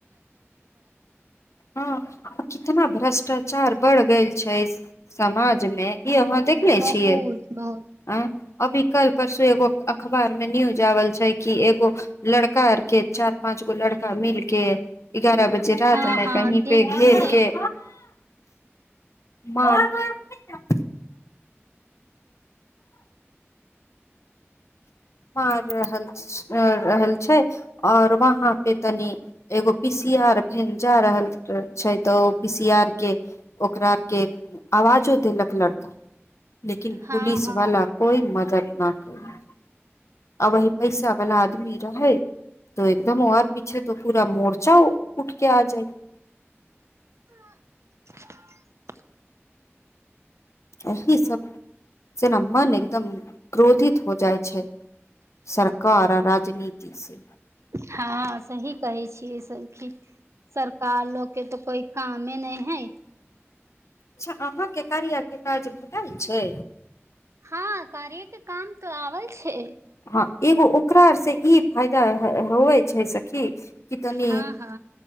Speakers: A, on the left (about 80°); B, on the right (about 75°).
A: हँ कितना भर्ष्टा चार बढ़ गेल छै समाज मे
B: हँ
A: ई अहाँ देख ले
B: बहुत
A: छियै
B: बहुत
A: आ अभी कल परसू एगो अखबार में न्यूज आवल छै क एगो लड़का आर के चार पांच गो लड़का मिल के एगारह बजे रात
B: हँ
A: में
B: हँ
A: कहीं
B: देख
A: पे घेर
B: देख
A: के मार देलक मार रहल रहल छै आओर वहाँ पे तनि एगो पीसी आर भ जा रहल छै तऽ ओ पीसी आर के ओकरा आर के आवाजो देलक लड़का लेकिन
B: हँ
A: पुलिसवाला
B: हँ
A: कोई मदद नख <inaudible> आ वी पैसा वाला आदमी रहै तो एकदम आर पीछे तो पूरा मोड़ च जााउ उठके आ जाइ
B: आ
A: एहिही सब से ने मन एकदम क्रोधित हो जाइ छै सरकार आ राजनीति से
B: हँ सही कहै छियै सखी सर सरकार लोकोग के तऽ कोई कामे नहि है
A: अच्छा अहाँके कार आरके काज भेटल छै
B: हँ कार्यके काम तऽ आबै छै
A: हँ एगो ओकररार से ई फायदा होइ छै सखी की तनी
B: हँ हँ